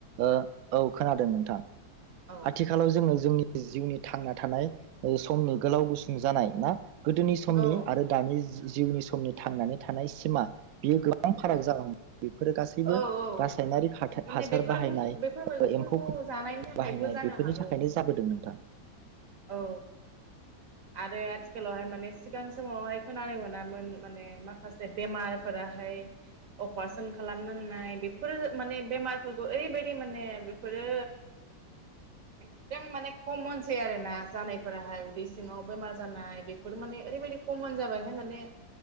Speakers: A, on the right; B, on the right.
A: ओ औ खोनादों नोंथां।
B: औ
A: आथिखालाव जोङो जोंनि जिउनि थांना थानाय समनि ओ गोलाव गुसुं जानाय ना गोदोनि समनि
B: औ
A: आरो दानि जु जिउनि समनि थांनानै थानाय सिमा बियो गोब बां फाराग
B: औ
A: जालांबाय बेफोरो गासैबो गासैबो
B: औ औ
A: रासायनारि हाथा-हासार
B: माने बेफोर
A: बाहायनाय
B: बेफोर मैगंफोरखौ
A: एम्फौ बाहायनाय
B: जानायनि थाखायबो जानो
A: बेफोरनि
B: हागौ
A: थाखायनो जाबोदों नोंथां।
B: औ आरो आथिखालावहाय माने सिगां समावहाय खोनानो मोनामोन माने माखासे बेमारफोराहाय अपारेशन खालामनांनाय बेफोरो माने बेमारफोरखौ ओरैबायदि माने बेफोरो एकदम माने कमनसै आरो। जानायफोराहाय उदै सिङाव बेमार जानाय बेफोर माने ओरैबायदि कमन जाबायहाय माने